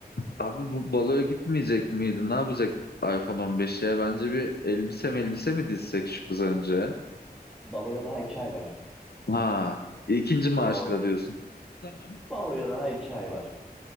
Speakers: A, on the left (about 70°); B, in the centre.
A: abi bu baloya gitmeyecek miydi? Ne yapacak iPhone 15'e? ya? Bence bir elbise elbise mi dizsek şu kız önce?
B: Baloya daha iki ay var.
A: Ha, ikinci maaşla
B: Balo,
A: diyorsun. Tamam.
B: baloya daha 2 ay var.